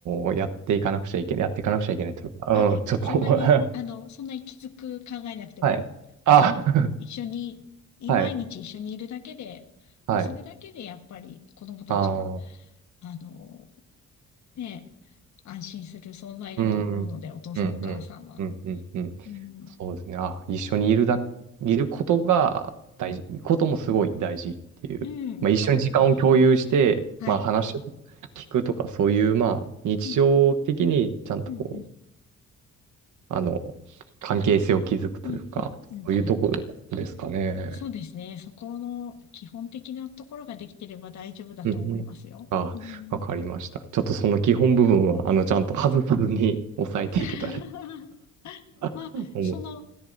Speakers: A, on the right (about 75°); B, on the left (about 65°).
A: ーやっていかなくちゃいけない、やっていかなくちゃいけないというか、
B: あ、
A: うん、ちょっと
B: そんなに、
A: <laughs>
B: あの、そんなにきつく考えなくても、
A: はい。あ、
B: あの、一緒に、
A: <laughs> はい、
B: 毎日一緒にいるだけで、
A: はい。
B: もうそれだけでやっぱり子供たちは、
A: あの
B: あの、ねえ、安心する存在だと思うので、
A: ー、うん、
B: お父さんお母さんは。
A: うん、うん、うん、うん、うん。
B: うん、
A: そうですね。あ、一緒にいるだ、いることが大事、こともすごい大事っていう。
B: うん、
A: まあ、一緒に時間を共有して、
B: 多分。はい。
A: まあ、話を聞くとか、そういう、まあ、日常的にちゃんとこう、
B: うん、うん、うん、
A: あの、関係性を築くというか、
B: うん、うん、うん。
A: そういうところですかね。
B: うんそうですね。そこの基本的なところができてれば大丈夫だと思いますよ。
A: うんうん。あ、
B: うん
A: わかりました。ちょっとその基本部分は、あの、ちゃんと外さずに抑えていけたら
B: <laughs> まあ、
A: <laughs> 思う。
B: その